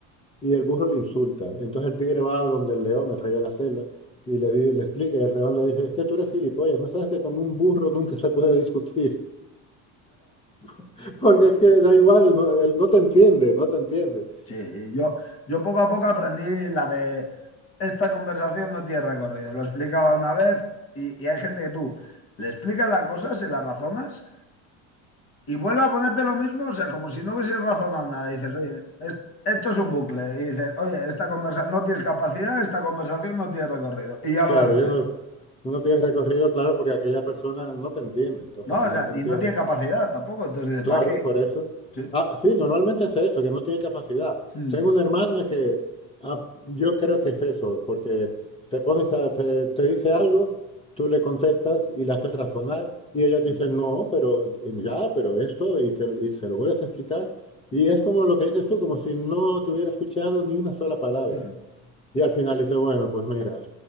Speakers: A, on the left; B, on the left.
A: Y el burro le insulta. Entonces el tigre va donde el león, el rey de la selva, y le, di- le explica, y el león le dice, es que tú eres gilipollas, no sabes que con un burro nunca se puede discutir, <laughs> porque es que da igual, no, él no te entiende, no te entiende.
B: Sí, yo, yo poco a poco aprendí la de esta conversación no tiene recorrido. Lo explicaba una vez y, y hay gente que tú le explicas la cosa, se la razonas Y vuelve a ponerte lo mismo, o sea, como si no hubieses razonado nada. Dices, oye, es- esto es un bucle. Y dices, oye, esta conversación no tienes capacidad, esta conversación no tiene recorrido. Y ya
A: Claro,
B: lo dejas
A: yo
B: ahí.
A: no, no tienes recorrido, claro, porque aquella persona no te entiende, entonces
B: No, o
A: si
B: sea,
A: no te
B: y
A: entiende,
B: no tiene capacidad tampoco. Entonces dices,
A: Claro,
B: ¿para qué?
A: por eso.
B: Sí.
A: Ah, sí, normalmente es eso, que no tiene capacidad.
B: Mm.
A: Tengo una hermana que ah, yo creo que es eso, porque te pones a, te, te dice algo, tú le contestas y la haces razonar y ella te
B: mm,
A: dice, no, pero ya, pero esto, y, te- y se lo vuelves a explicar. Y es como lo que dices tú, como si no te hubiera escuchado ni una sola palabra.
B: Ya. mm,
A: Y al final dice, bueno, pues mira,